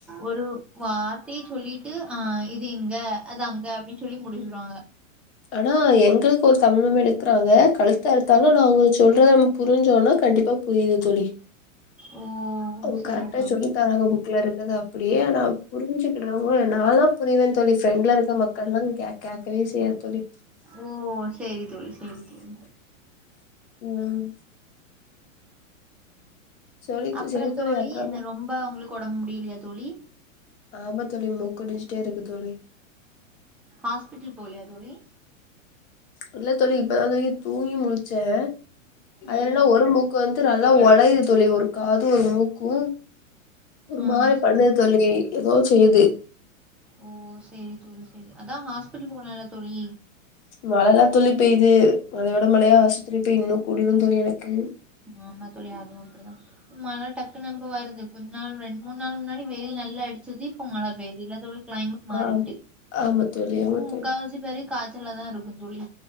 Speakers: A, in the centre; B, on the left.
A: ஒரு வார்த்தைய சொல்லிட் ட்டு அ இது இங்க அது அங்க அப்டின் சொல்லி முடிச்சிருவாங்க
B: ஆனா எங்குளுக்கு ஒரு தமிழ் மேம் எடுக்கறாங்க கழுத்த அறுத்தாலு நா அவுங்க சொல்றத புரிஞ்சோனா கண்டிப்பா புரியுது தோழி
A: ஓ
B: அவுங்க
A: சேரி
B: கரெக்ட்டா
A: தோழி
B: சொல்லி
A: சரி.
B: தராங்க புக் குல இருக்கறது அப்டியே ஆனா புரிஞ்சிக்கிடுறவங்க நாலா புரிவே தோழி ஃப்ரண்ட்ல இருக்க மக்கள்லா கே கேக்கவே செய்யாது தோழி
A: ஓ சேரி தோழி சேரி தோழி
B: ம் சொல்லிட்டு
A: அப்ற
B: சரி
A: தோழி
B: அப்புறமா
A: என்ன ரொம்ப உங்களுக்கு ஒடம்பு முடிலியா தோழி
B: ஆமா தோழி மூக்கு வடிஞ்சுட்டே இருக்கு தோழி
A: ஹாஸ்பிட்டல் போலியா தோழி
B: இல்ல தோழி இப்பதா தோழி தூங்கி முழிச்சே அது
A: ம்
B: என்னன்னா ஒரு மூக் க்கு வந்து நல்லா ஒளயுது தோழி ஒரு காது ஒரு மூக்கு ஒரு
A: ஆ
B: மாரி
A: சேரி
B: பண்ணுது தோழி எதோ செய்யுது
A: ஓ சேரி தோழி சேரி அதா ஹாஸ்பிட்டல் போலால தோழி
B: மழ தா தோழி பெய்யுது மழையோட மழையா ஆஸ்பத்திரி போய் இன்னு கூடிரு தோழி எனக்கு
A: ஆமா தோழி அது அப்டிதா மழ டக்குனு இப்ப வருது கொஞ்ச நாள் ரெண் மூண் நாள் முன்னாடி வெயில் நல்லா அடிச்சிது இப்ப மழ பெய்யுது இல்ல தோழி க்ளைமட் மாறிட்டி
B: ஆ ஆமா தோழி
A: பும்
B: ஆமா தோழி
A: முக்காவாசி பேரு காச்சல்ல தா இருக்கு தோழி